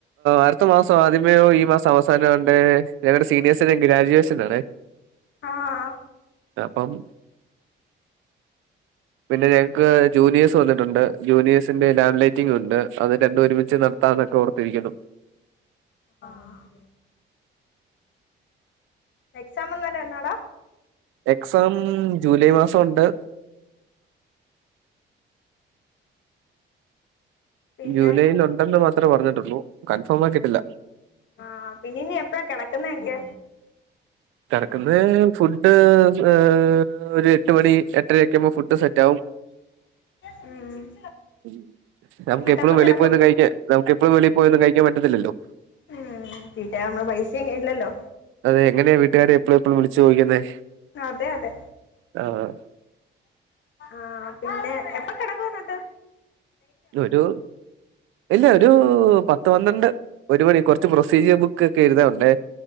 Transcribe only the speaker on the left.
ആഹ്
ആഹ് എക്സാം എന്ന് എന്നാടാ
പിന്നെ
ആഹ് പിന്നെ ഇനി എപ്പഴാ കെടക്കുന്നക്കെ
ഉം
എന്നിട്ട്
എപ്പ
കിടക്കും
ഏഹ് തീറ്റാ നമ്മടെ പൈസ ഇല്ലല്ലൊ.
അതെ അതെ
ആഹ് പിന്നെ എപ്പൊ കെടക്കു ഇന്നട്ട്.